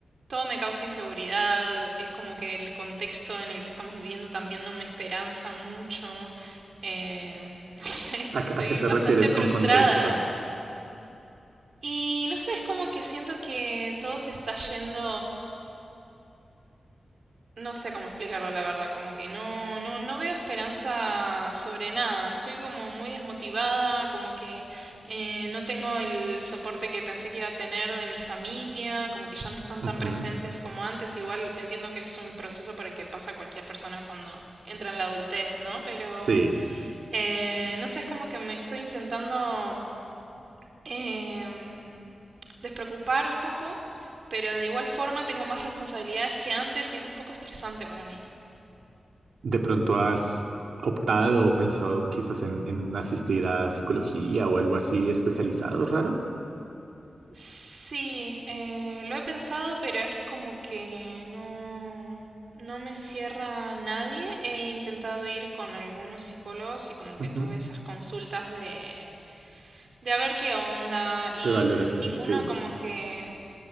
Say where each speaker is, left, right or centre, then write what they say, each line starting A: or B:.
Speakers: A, on the right; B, on the right.
A: todo me causa inseguridad, es como que el contexto en el que estamos viviendo también no me esperanza mucho. eh, <laughs> no sé,
B: ¿A, qué
A: estoy
B: a qué te
A: bastante
B: refieres con
A: frustrada.
B: contexto?
A: Y no sé, es como que siento que todo se está yendo no sé cómo explicarlo, la verdad, como que no, no, no veo esperanza sobre nada. Estoy como muy desmotivada, como que eh, no tengo el soporte que pensé que iba a tener de mi familia, como que ya no están
B: Ujú.
A: tan presentes como antes. Igual entiendo que es un proceso por el que pasa cualquier persona cuando entra en la adultez, ¿no? Pero
B: Sí.
A: eh, no sé, es como que me estoy intentando em, despreocupar un poco, pero de igual forma tengo más responsabilidades que antes y es un poco estresante para mí.
B: ¿De pronto has optado o pensado quizás en, en asistir a psicología o algo así especializado, raro?
A: Sí, eh, lo he pensado, pero es como que no, no me cierra nadie. He intentado ir con algunos psicólogos y como
B: Ujú.
A: que tuve esas consultas de, de a ver qué onda y
B: De valoración,
A: ninguno
B: sí.
A: como que,